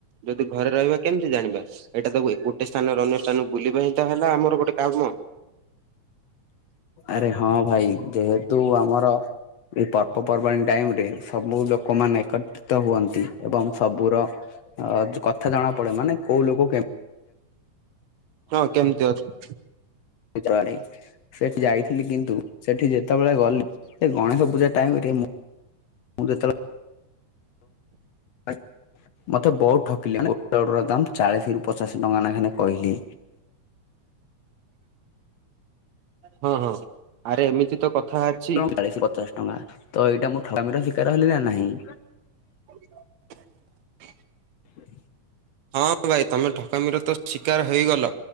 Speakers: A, on the right (about 70°); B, on the left (about 65°).
A: ଯଦି ଘରେ ରହିବା କେମିତି ଜାଣିବା ଏଇଟା ତାକୁ ଏ ଗୋଟେ ସ୍ଥାନରେ ଅନ୍ୟ ସ୍ଥାନକୁ ବୁଲିବା ଏଇଟା ହେଲା ଆମର ଗୋଟେ କାମ।
B: ଆରେ ହଁ ଭାଇ ଯେହେତୁ ଆମର ଏଇ ପର୍ବପର୍ବାଣି ଟାଇମ ରେ ସବୁ ଲୋକମାନେ ଏକତ୍ରିତ ହୁଅନ୍ତି। ଏବଂ ସବୁର ଅ କଥା ଜଣା ପଡେ ମାନେ କୋଉ ଲୋକ କେମ
A: ହଁ କେମିତି ଅଛି?
B: <unintelligible> ସେଠି ଯାଇଥିଲି କିନ୍ତୁ ସେଠି ଯେ ଯେତେବେଳେ ଗଲି ଏ ଗଣେଶ ପୂଜା ଟାଇମ ମୁଁ ଯେତେବେଳେ <unintelligible> ମତେ ବହୁତ ଠକିଲେ। ଲଡ଼ୁ ର ଦାମ ଚାଳିଶ ରୁ ପଚାଶ ଟଙ୍କା ନାଖାନେ କହିଲେ।
A: ହଁ ହଁ ଆରେ ଏମିତି ତ କଥା। ଅଛି
B: ଟ ଚାଳିଶ ପଚାଶ ଟଙ୍କା ତ ଏଇଟା ମୁଁ ଠକାମିର ଶିକାର ହେଲି ନା ନାହିଁ?
A: <inaudible>
B: <inaudible>
A: ହଁ ଭାଇ ତମେ ଠକାମିର ତ ଶିକାର ହେଇଗଲ।